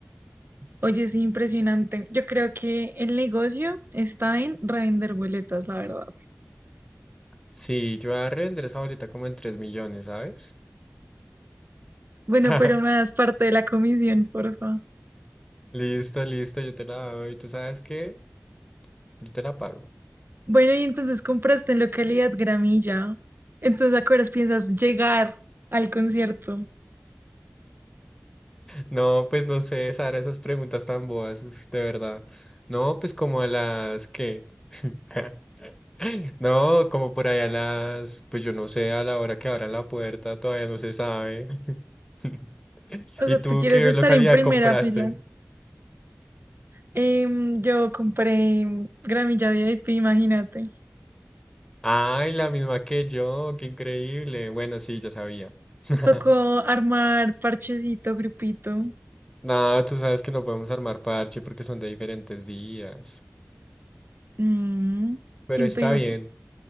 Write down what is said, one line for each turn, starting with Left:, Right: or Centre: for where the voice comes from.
Right: Oye, es impresionante. Yo creo que el negocio está en revender boletas, la verdad.
Left: Sí, yo voy a revender esa boleta como en 3 millones, ¿sabes?
Right: Bueno,
Left: <laughs>
Right: pero me das parte de la comisión, porfa.
Left: Listo, listo, yo te la doy. ¿Tú sabes qué? Yo te la pago.
Right: Bueno, y entonces compraste en localidad Gramilla. Entonces, ¿a qué horas piensas llegar al concierto?
Left: No, pues no sé, Sara, esas preguntas tan boas, uf, de verdad. No, pues como a las que. <laughs> No, como por allá a las, pues yo no sé, a la hora que abran la puerta todavía no se sabe. <laughs>
Right: O
Left: ¿Y
Right: sea,
Left: tú
Right: tú quieres
Left: qué
Right: estar
Left: localidad
Right: en primera
Left: compraste?
Right: fila. Em, yo compré gramilla VIP, imagínate.
Left: Ay, la misma que yo, qué increíble. Bueno, sí, ya sabía. <laughs>
Right: Tocó armar parchecito, grupito.
Left: No, tú sabes que no podemos armar parche porque son de diferentes días.
Right: Mm,
Left: Pero
Right: ¿Quién
Left: está
Right: te dijo,
Left: bien,